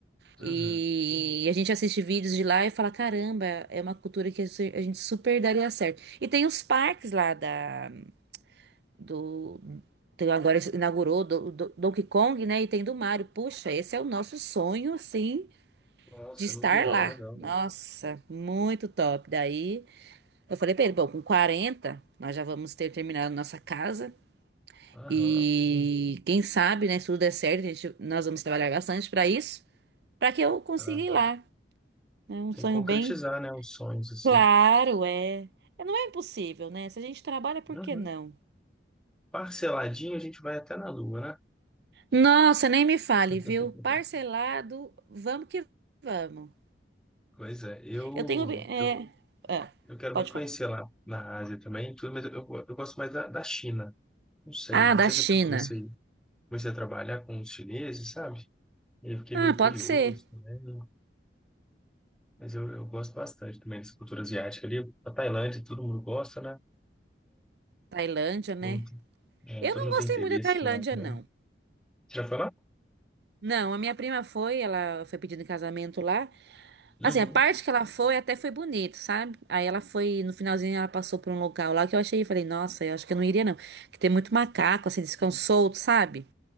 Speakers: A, in the centre; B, on the right.
A: Uhum.
B: E a gente assiste vídeos de lá e fala, caramba, é uma cultura que a su- a gente super daria certo. E tem os parques lá da do tem- agora esse- inaugurou do, do- Donkey Kong, né? E tem do Mario. Puxa, esse é o nosso sonho, assim,
A: Nossa,
B: de estar
A: eu não vi não,
B: lá.
A: legal.
B: Nossa,
A: mano.
B: muito top. Daí eu falei pra ele, bom, com 40 nós já vamos ter terminado nossa casa
A: Aham.
B: e quem sabe, né, se tudo der certo, a gente, nós vamos trabalhar bastante pra isso, pra que eu consiga
A: Ah,
B: ir lá. É um
A: Tem
B: sonho
A: que concretizar,
B: bem
A: né, os sonhos assim.
B: Claro, é. É, Não é impossível, né? Se a gente trabalha, por
A: Uhum.
B: que não?
A: Parceladinho a gente vai até na Lua, né?
B: Nossa, nem me fale,
A: <laughs>
B: viu? Parcelado, vamos que vamos.
A: Pois é, eu,
B: Eu tenho. É,
A: eu,
B: é,
A: eu quero
B: pode
A: muito conhecer
B: falar.
A: lá na Ásia também, tudo, mas eu, eu gosto mais da, da China. Não sei,
B: Ah,
A: não
B: da
A: sei
B: China.
A: se é porque eu comecei, comecei a trabalhar com os chineses, sabe? E eu fiquei
B: Ah,
A: meio curioso
B: pode ser.
A: também, né? mas eu, eu gosto bastante também dessa cultura asiática ali. A Tailândia, todo mundo gosta, né?
B: Tailândia, né?
A: Todo mundo, é,
B: Eu
A: todo
B: não
A: mundo
B: gostei
A: tem interesse
B: muito da Tailândia,
A: de lá também.
B: não.
A: Você já foi lá?
B: Não, a minha prima foi, ela foi pedindo em casamento lá.
A: Uhum.
B: Assim, a parte que ela foi até foi bonito, sabe? Aí ela foi, no finalzinho, ela passou por um local lá que eu achei, falei, nossa, eu acho que eu não iria, não. Que tem muito macaco, assim, eles ficam soltos, sabe?